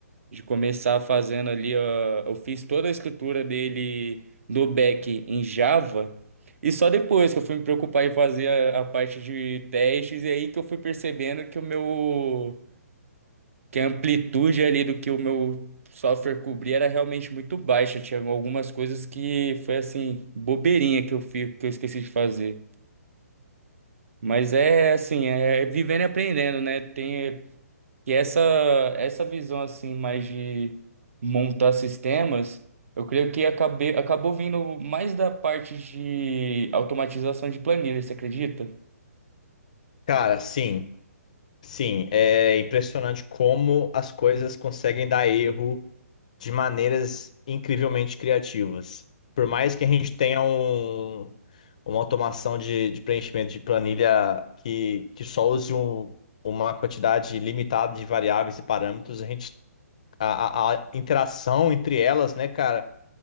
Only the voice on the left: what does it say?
Cara, sim. Sim, é impressionante como as coisas conseguem dar erro de maneiras incrivelmente criativas. Por mais que a gente tenha um, uma automação de, de preenchimento de planilha que, que só use um- uma quantidade limitada de variáveis e parâmetros, a gente, a, a- a interação entre elas, né, cara,